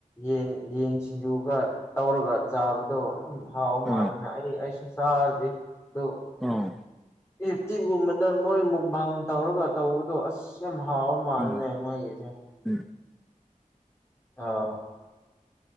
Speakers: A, on the left; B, in the centre.
A: ꯌꯦꯟ ꯌꯦꯟ ꯁꯤꯡꯖꯨꯒ ꯇꯧꯔꯒ ꯆꯥꯕꯗꯣ ꯑꯗꯨ ꯍꯥꯎꯕ
B: ꯑꯥ
A: ꯃꯥꯜꯂꯅ ꯑꯩ ꯑꯩꯁꯨ ꯁꯥꯦ ꯑꯗꯨ
B: ꯑꯥ
A: ꯑꯦꯛꯇꯤꯚꯒꯨꯝꯕꯗ ꯃꯣꯏ ꯃꯨꯛ ꯕꯥꯥꯡ ꯇꯧꯔꯒ ꯇꯧꯕꯗꯣ ꯑꯁ ꯍꯥꯎ ꯃꯥꯜꯅꯦꯃ
B: ꯎꯝ
A: ꯏꯁ
B: ꯎꯝ
A: ꯑꯥ